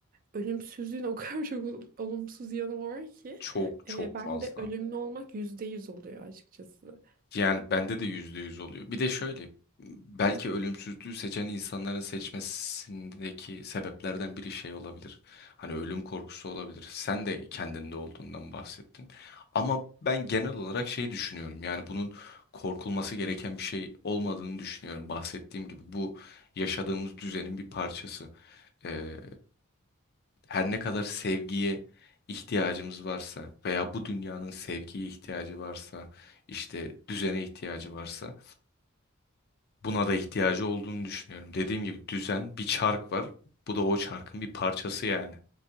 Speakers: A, on the right (about 40°); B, on the left (about 50°).
A: ölümsüzlüğün <laughs> o kadar çok olumsuz yanı var ki
B: çok çok
A: e, ben
B: fazla.
A: de ölümlü olmak yüzde yüz oluyor açıkçası.
B: Yani bende de yüzde yüz oluyor. Bir de şöyle belki ölümsüzlüğü seçen insanların seçmesindeki sebeplerden biri şey olabilir. Hani ölüm korkusu olabilir. Sen de kendinde olduğundan bahsettin. Ama ben genel olarak şey düşünüyorum. Yani bunun korkulması gereken bir şey olmadığını düşünüyorum. Bahsettiğim gibi bu yaşadığımız düzenin bir parçası e, her ne kadar sevgiye ihtiyacımız varsa veya bu dünyanın sevgiye ihtiyacı varsa işte düzene ihtiyacı varsa buna da ihtiyacı olduğunu düşünüyorum. Dediğim gibi düzen bir çark var. Bu da o çarkın bir parçası yani.